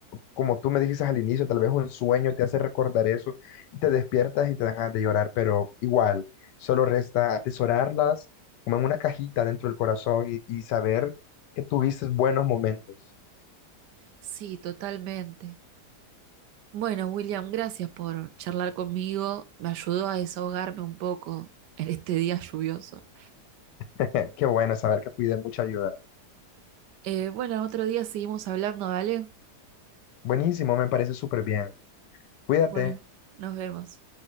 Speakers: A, on the left (about 85°); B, on the right (about 80°).
A: como tú me dijiste al inicio, tal vez un sueño te hace recordar eso, y te despiertas y te dan ganas de llorar, pero igual, solo resta atesorarlas como en una cajita dentro del corazón y, y saber que tuviste buenos momentos.
B: sí, totalmente. Bueno, William, gracias por charlar conmigo. Me ayudó a desahogarme un poco en este día lluvioso.
A: <laughs> Qué bueno saber que fui de mucha ayuda.
B: Eh, bueno, otro día seguimos hablando, ¿vale?
A: Buenísimo, me parece súper bien. Cuídate.
B: Bueno, nos vemos.